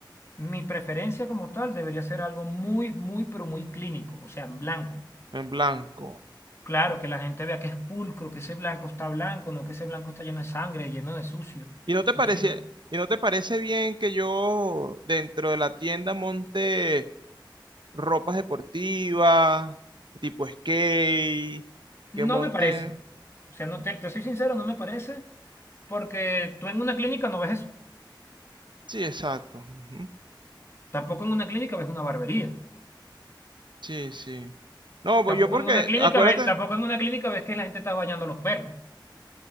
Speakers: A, on the left; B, on the right.
A: mi preferencia como tal debería ser algo muy, muy, pero muy clínico, o sea, en blanco.
B: en blanco.
A: Claro, que la gente vea que es pulcro, que ese blanco está blanco, no que ese blanco está lleno de sangre, lleno de sucio.
B: ¿Y no te
A: Entonces,
B: parece,
A: sí, lo,
B: y no te parece bien que yo dentro de la tienda monte ropas deportivas, tipo skate,
A: no
B: que monte?
A: me parece. O sea, no te, te soy sincero, no me parece, porque tú en una clínica no ves eso.
B: Sí, exacto. ujú.
A: Tampoco en una clínica ves una barbería.
B: Sí, sí. No, pues
A: Tampoco
B: yo porque,
A: en una clínica
B: acuérdate,
A: ves, tampoco en una clínica ves que la gente está bañando a los perros.